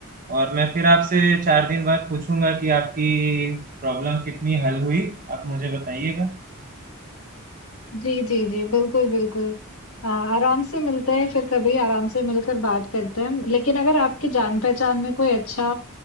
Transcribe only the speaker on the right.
और मैं फिर आपसे चार दिन बाद पूछूंगा कि आपकी प्रॉब्लम कितनी हल हुई आप मुझे बताइएगा